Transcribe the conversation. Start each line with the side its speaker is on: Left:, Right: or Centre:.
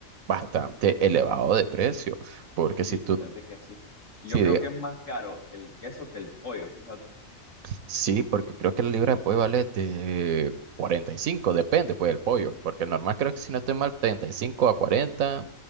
Right: bastante elevado de precio, porque si
Left: Sí,
Right: tú,
Left: fíjate que sí. Yo
Right: si
Left: creo
Right: de-
Left: que es más caro el queso que el pollo, fíjate.
Right: sí, porque creo que la libra de pollo vale de cuarenta y cinco depende pues del pollo, porque el normal creo que si no estoy mal treinta y cinco a cuarenta